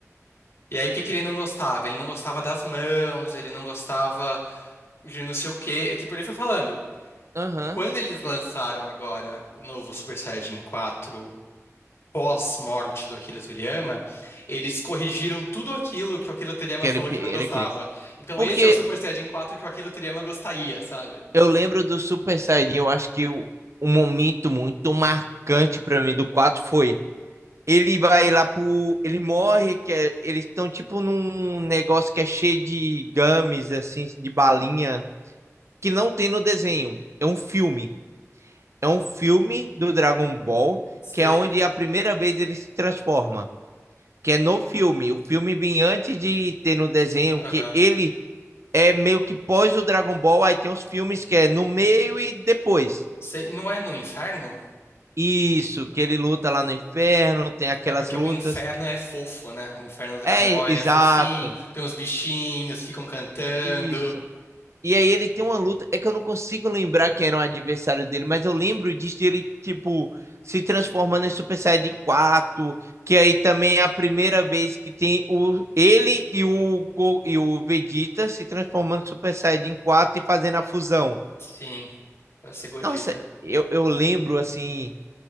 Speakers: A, on the left; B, on the right.
A: E aí, o que que ele não gostava? Ele não gostava das mãos, ele não gostava de não sei o quê. E, Tipo, ele foi falando.
B: Aham.
A: Quando eles lançaram agora o novo Super Saiyajin 4 pós-morte do Akira Toriyama, eles corrigiram tudo aquilo que o Akira Toriyama
B: Que ele,
A: falou que
B: ele
A: não gostava.
B: queria.
A: Então
B: Porque
A: esse é o Super Saiyajin 4 que o Akira Toriyama gostaria, sabe?
B: Eu lembro do Super Saiyajin, eu acho que o, um momento muito marcante pra mim do 4 foi. Ele vai lá pro. Ele morre, que é- eles estão tipo num negócio que é cheio de gummies, assim, de balinha, que não tem no desenho. É um filme. É um filme do Dragon Ball,
A: Sei.
B: que é onde a primeira vez ele se transforma. Que é no filme. O filme vem antes de ter no desenho,
A: Aham.
B: que ele é meio que pós o Dragon Ball, aí tem os filmes que é no meio e depois.
A: Sei. Não é no inferno?
B: Isso, que ele luta lá no inferno, tem aquelas
A: É porque
B: lutas.
A: o inferno é fofo, né? O inferno do Dragon
B: É,
A: Ball, ele
B: exato.
A: é fofinho, tem uns bichinhos, ficam cantando.
B: Isso. E aí ele tem uma luta, é que eu não consigo lembrar quem era o adversário dele, mas eu lembro disso de ele, tipo, se transformando em Super Saiyajin quatro, que aí também é a primeira vez que tem o ele e o Go- e o Vegeta se transformando em Super Saiyajin quatro e fazendo a fusão.
A: Sim, pra ser Godita.
B: Nossa, eu, eu lembro assim